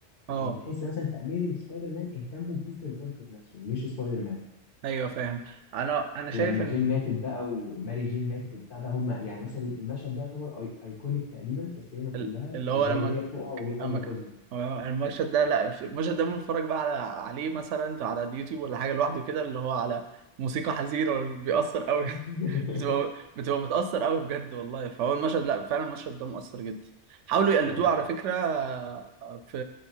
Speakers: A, on the left (about 45°); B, on the right (about 80°).
A: لكن
B: أه
A: تحس مثلا في اميزنج سبايدر مان اهتموا ببيتر باركر نفسه مش سبايدر مان مم.
B: ايوه فاهم انا انا شايف
A: لما
B: ان
A: جين ماتت بقى وماري جين ماتت وبتاع ده هم يعني مثلا المشهد ده يعتبر أي... ايكونيك تقريبا في السينما كلها
B: ال- اللي
A: اللي
B: هو لما
A: هي وهي بتقع وبيحاول
B: لما
A: ينقذها
B: ك- هو المشهد ده لا مش المشهد ده بنتفرج بقى على عليه مثلا على اليوتيوب ولا حاجه لوحده كده اللي هو على موسيقى حزينه بيأثر قوي
A: <laughs>
B: <laughs> بتبقى بتبقى متأثر قوي بجد والله فهو المشهد لا فعلا المشهد ده مؤثر جدا حاولوا يقلدوه
A: اه
B: على فكره آه، في